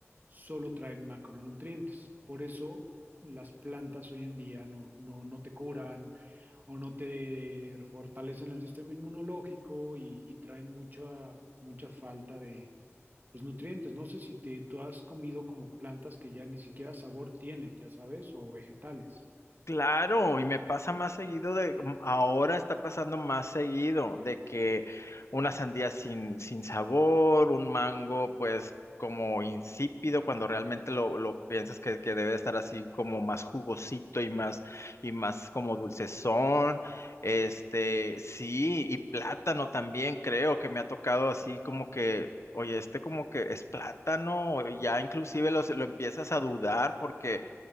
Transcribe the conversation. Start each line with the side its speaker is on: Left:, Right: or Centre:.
Right: solo traen macronutrientes. Por eso las plantas hoy en día no, no, no te curan o no te fortalecen el sistema inmunológico y, y traen mucha, mucha falta de los nutrientes. No sé si te, tú has comido como plantas que ya ni siquiera sabor tienen, ya sabes, o vegetales.
Left: Claro, y me pasa más seguido de, mm, ahora está pasando más seguido de que una sandía sin, sin sabor, un mango pues como insípido cuando realmente lo, lo piensas que, que debe estar así como más jugosito y más y más como dulcezón. Este, sí, y plátano también creo que me ha tocado así como que Oye, este como que es plátano, ya inclusive los- lo empiezas a dudar porque